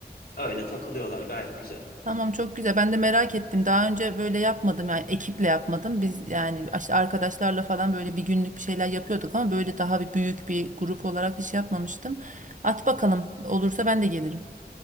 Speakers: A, on the left (about 75°); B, on the right (about 50°).
A: öyle takılıyorlar gayet güzel.
B: Tamam çok güzel. Ben de merak ettim. Daha önce böyle yapmadım yani ekiple yapmadım. Biz yani işte arkadaşlarla falan böyle bir günlük bir şeyler yapıyorduk ama böyle daha bir büyük bir grup olarak hiç yapmamıştım. At bakalım. Olursa ben de gelirim.